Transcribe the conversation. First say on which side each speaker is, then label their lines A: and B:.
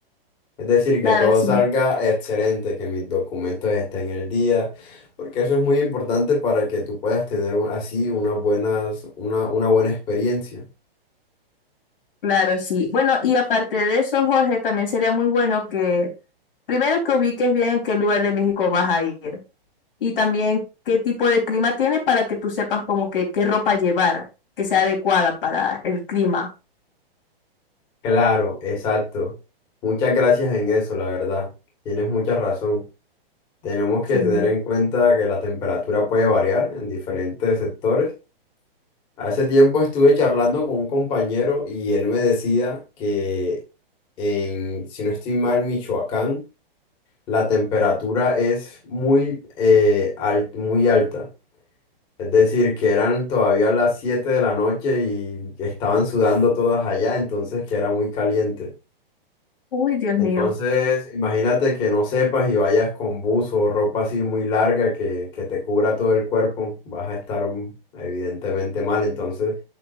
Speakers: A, on the left (about 15°); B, on the left (about 65°).
A: Es decir,
B: Claro,
A: que todo
B: sí.
A: salga excelente, que mis documentos estén en el día, porque eso es muy importante para que tú puedas tener un- así unas buenas, una, una buena experiencia.
B: Claro, sí. Bueno, y aparte de eso, Jorge, también sería muy bueno que primero que ubiques bien en qué lugar de México vas a ir y también qué tipo de clima tiene para que tú sepas como que qué ropa llevar, que sea adecuada para el clima.
A: Claro, exacto. Muchas gracias en eso, la verdad. Tienes mucha razón. Tenemos que
B: Sí.
A: tener en cuenta que la temperatura puede variar en diferentes sectores. Hace tiempo estuve charlando con un compañero y él me decía que en, si no estoy mal, Michoacán, la temperatura es muy, eh, al- muy alta. Es decir, que eran todavía las 7 de la noche y estaban sudando todas allá, entonces que era muy caliente.
B: Uy, Dios mío.
A: Entonces, imagínate que no sepas y vayas con buzo o ropa así muy larga que, que te cubra todo el cuerpo, vas a estar mm, evidentemente mal. Entonces,